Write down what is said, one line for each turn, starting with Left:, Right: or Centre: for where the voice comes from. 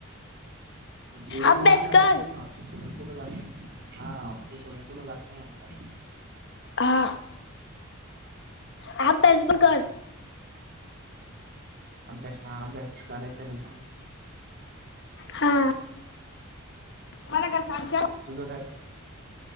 Right: त्याची वेट
Left: अभ्यास
Right: जाणार
Left: कर
Right: नाही. मी हॉस्टेल सोडून कुठे जात नाही. हा हॉस्टेल सोडून कुठे जात नाही.
Left: हा. आम्हना जि पना कर.
Right: अभ्यास हा अभ्यास करयचा ना मग.
Left: हा. मले घर चालत.
Right: तुझं काय?